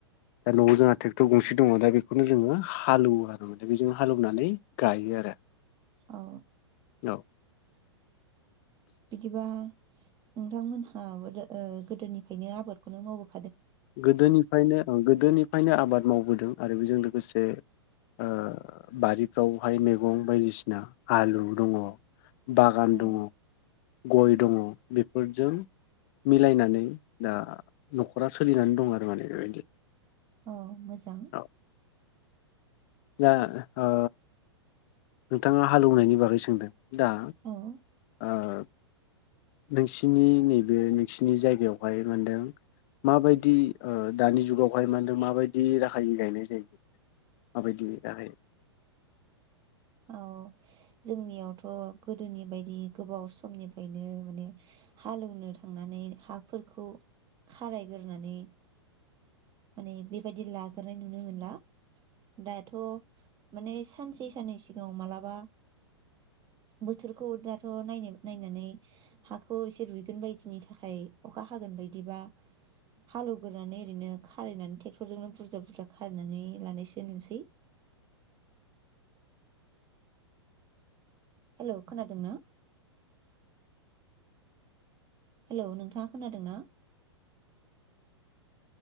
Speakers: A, on the left; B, on the right.
A: दा नआव जोंहा ट्रेक्टर गंसे दङ दा बेखौनो जोङो हालौवो आरो माने बेजों हालौनानै गायो आरो।
B: औ
A: औ
B: बिदिबा नोंथांमोनहाबो ओ गोदोनिफ्रायनो आबादखौनो मावो।
A: गोदोनिफ्रायनो ओ गोदोनिफ्रायनो आबाद मावबोदों आरो बेजों लोगोसे ओ बारिफ्रावहाय मैगं बायदिसिना आलु दङ' बागान
B: औ
A: दङ' गय दङ' बेफोरजों मिलायनानै दा न'खरा सो सोलिनानै दं आरो माने बेबायदि
B: औ मोजा जां
A: औ दा ओ नोंथाङा हालौवनायनि बागै सोंदों दा
B: औ
A: ओ नोंसिनि नैबे नोंसिनि जायगायावहाय मोनदों माबायदि ओ दानि जुगावहाय मा होनदों माबायदि राहायै गायनाय जायो माबायदि राहायै
B: औ जोंनियावथ' गोदोनि बायदि गोबाव समनिफ्रायनो माने हालौवनो थांनानै हाफोरखौ खारायग्रोनानै माने बेबायदि लाग्रोनाय नुनो मोनला दाथ' माने सानसे साननै सिगाङाव मालाबा बोथोरखौ दाथ' नाय-नायनानै हाखौ एसे रुइगोन बायदिनि थाखाय अखा हागोन बायदिबा हालौवग्रोनानै ओरैनो खारायनानै ट्रेक्टरजोंनो बुरजा बुरजा खारायनानै लानायसो नुसै। हेलौ खोनादों ना हेलौ नोंथाङा खोनादों ना